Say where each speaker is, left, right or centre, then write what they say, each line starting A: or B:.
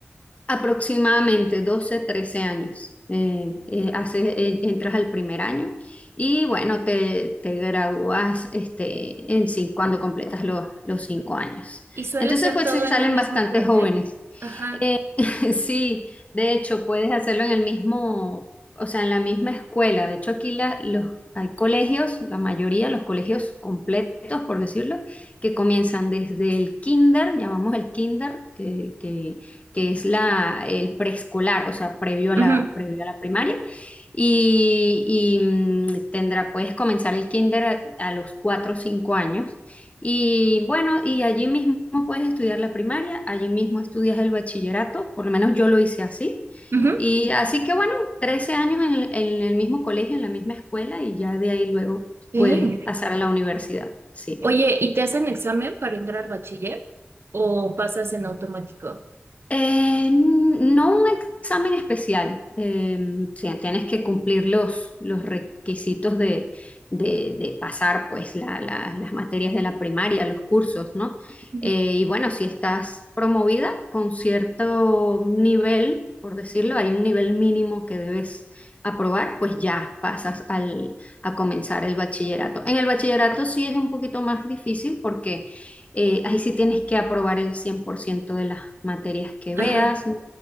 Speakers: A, on the left; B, on the right.
A: Aproximadamente 12 13 años. Eh, eh, haces- eh, entras al primer año y bueno, te, te gradúas este, en cin- cuando completas los, los cinco años.
B: ¿Y suele
A: Entonces,
B: ser
A: pues
B: todo
A: se
B: en
A: salen
B: un mismo
A: bastante
B: plantel?
A: jóvenes.
B: Ajá.
A: <laughs> Sí, de hecho, puedes hacerlo en el mismo, o sea, en la misma escuela. De hecho, aquí la- los, hay colegios, la mayoría, los colegios completos, por decirlo, que comienzan desde el kinder, llamamos el kinder, que, que, que es la, el preescolar, o sea, previo a
B: Ujú,
A: la, previo a la primaria. Y, y, mm, tendrá, puedes comenzar el kinder a, a los 4 o 5 años y bueno, y allí mismo puedes estudiar la primaria, allí mismo estudias el bachillerato, por lo menos yo lo hice así.
B: ujú.
A: Y así que bueno, 13 años en el, en el mismo colegio, en la misma escuela, y ya de ahí luego
B: Sí.
A: puedes pasar a la universidad. Sí.
B: Oye, ¿y te hacen examen para entrar bachiller? ¿O pasas en automático?
A: Eh, no un examen especial, eh, sí, tienes que cumplir los, los requisitos de, de- de pasar pues la- la- las materias de la primaria, los cursos, ¿no?
B: Ujú.
A: Eh, y bueno, si estás promovida con cierto nivel, por decirlo, hay un nivel mínimo que debes aprobar, pues ya pasas al, a comenzar el bachillerato. En el bachillerato sí es un poquito más difícil porque eh, ahí sí tienes que aprobar el 100% de las materias que
B: Ajá,
A: veas, ¿no?